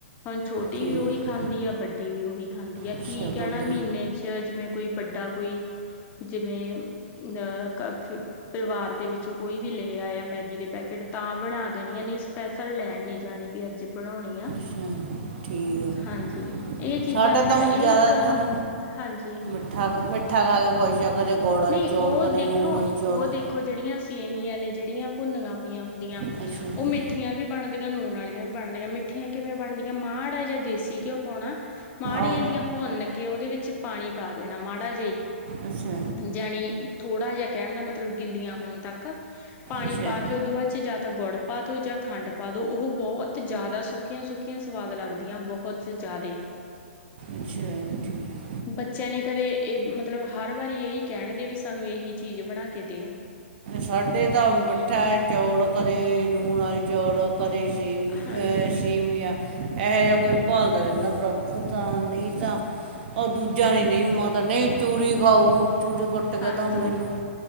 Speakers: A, on the left; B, on the right.
A: ਹੁਣ ਛੋਟੀ
B: ਠੀਕ
A: ਵੀ ਉਹੀ ਖਾਂਦੀ ਆ ਵੱਡੀ ਵੀ ਉਹੀ ਖਾਂਦੀ ਆ
B: ਅੱਛਾ
A: ਕੀ ਕਹਿਣਾ
B: ਵੱਡੀ
A: ਮਹੀਨੇ ਚ ਜਿਵੇਂ ਕੋਈ ਵੱਡਾ ਕੋਈ ਜਿਵੇਂ ਅ ਪਰਿਵਾਰ ਦੇ ਵਿੱਚੋਂ ਕੋਈ ਵੀ ਲੈ ਆਇਆ ਮੈਗੀ ਦੇ ਪੈਕੇਟ ਤਾਂ ਬਣਾ ਦੇਣੀ ਆ ਨਹੀਂ ਸਪੈਸੀਫਿਕ ਲੈਣ ਨੀ ਜਾਣੀ ਵੀ ਅੱਜ ਬਣਾਉਣੀ ਆ।
B: ਅੱਛਾ ਠੀਕ। ਆ
A: ਹਾਂਜੀ ਇਹ ਚੀਜ਼ਾਂ
B: ਸਾਡਾ
A: ਦੇ ਨਾਲ
B: ਤਾਂ ਊਂ
A: ਇਹ
B: ਜ਼ਿਆਦਾਤਰ
A: ਇੱਕ ਹਾਂਜੀ।
B: ਮਿੱਠਾ ਮਿੱਠਾ ਖਾ ਕੇ ਖੁਸ਼ ਆ ਕਦੇ ਗੁੜ ਵਾਲੀ
A: ਨਹੀਂ
B: ਚੌਲ
A: ਉਹ
B: ਕਦੇ
A: ਦੇਖੋ
B: ਨੂਣ ਵਾਲੇ ਚੌਲ।
A: ਉਹ ਦੇਖੋ ਜਿਹੜੀਆਂ ਸੇਵੀਆਂ ਨੇ ਜਿਹੜੀਆਂ ਭੁੰਨ ਹੋਈਆਂ ਹੁੰਦੀਆਂ
B: ਅੱਛਾ
A: ਉਹ ਮਿੱਠੀਆਂ ਵੀ ਬਣਦੀਆਂ ਨੂਣ ਵਾਲੀ ਵੀ ਬਣਦੀਆਂ ਮਿੱਠੀਆਂ ਕਿਵੇਂ ਬਣਦੀਆਂ ਮਾੜਾ ਜਾਂ ਦੇਸੀ ਘਿਓ ਪਾਉਣਾ ਮਾੜੀਆਂ
B: ਆਓ
A: ਜਿਹੀ ਭੁੰਨ ਕੇ ਉਹਦੇ ਵਿੱਚ ਪਾਣੀ ਪਾ ਦੇਣਾ ਮਾੜਾ ਜਿਹਾ ਹੀ
B: ਅੱਛਾ।
A: ਜਾਣੀ ਥੋੜ੍ਹਾ ਜਿਹਾ, ਕਹਿਣ ਦਾ ਮਤਲਬ ਗਿੱਲੀਆਂ ਹੋਣ ਤੱਕ, ਪਾਣੀ
B: ਅੱਛਾ
A: ਪਾ ਕੇ ਉਹ ਦੂ ਬਾਅਦ ਜਾਂ ਤਾਂ ਗੁੜ ਪਾ ਦਉ ਜਾਂ ਖੰਡ ਪਾ ਦੋ ਉਹ ਬਹੁਤ ਜ਼ਿਆਦਾ ਸੁੱਕੀਆਂ- ਸੁੱਕੀਆਂ ਸਵਾਦ ਲੱਗਦੀਆਂ ਬਹੁਤ ਜਿਆਦੇ।
B: ਅੱਛਾ ਠੀਕ
A: ਬੱਚਿਆਂ ਨੇ ਕਦੇ, ਇਹ ਮਤਲਬ ਹਰ ਵਾਰੀ ਇਹੀ ਕਹਿਣਗੇ ਵੀ ਸਾਨੂੰ ਇਹੀ ਚੀਜ਼ ਬਣਾ ਕੇ ਦਿਓ
B: ਸਾਡੇ ਤਾਂ ਮਿੱਠਾ ਹੈ ਚੌਲ ਕਦੇ ਲੂਣ ਵਾਲੇ ਚੌਲ ਕਦੇ ਸੇਮੀ
A: ਹਾਂਜੀ
B: ਸੇਵੀਆਂ ਇਹੋ ਜਿਹਾ ਕੋਈ ਭਾਲਦਾ ਰਹਿੰਦਾ ਤਾਂ ਨਹੀਂ ਉਹ ਦੂਜਾ ਨ ਨਹੀਂ ਮਤਤਾ ਨਹੀਂ ਚੂਰੀ ਖਾਓ ਚੂਰੀੱਟ ਟਕਦ
A: ਹਾਂਜੀ
B: ਮੈਨੂੰ